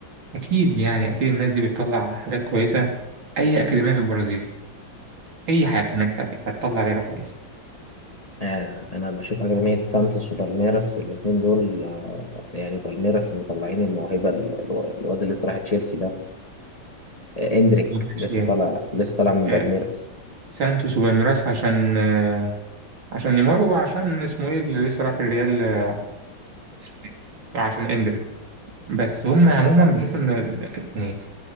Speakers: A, on the right (about 85°); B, on the left (about 20°).
A: أكيد يعني أكيد الناس دي بتطلع حاجات كويسة أي أكاديمية في البرازيل أي حاجة هناك هتطلع لعيبة كويسة
B: آه أنا بشوف أكاديمية سانتوس وبالميراس الاتنين دول آه يعني بالميراس مطلعين الموهبة ال- الو- الواد اللي لسه راح تشيلسي ده آه إندريك
A: معلش
B: لسه
A: يعني.
B: طالع لسه طالع من
A: آه،
B: بالميراس
A: سانتوس وبالميراس عشان آه، عشان نيمار وعشان اسمه ايه اللي لسه راح الريال آه، اسمه ايه وعشان اندريك بس هم عموما بشوف ان ال- يعني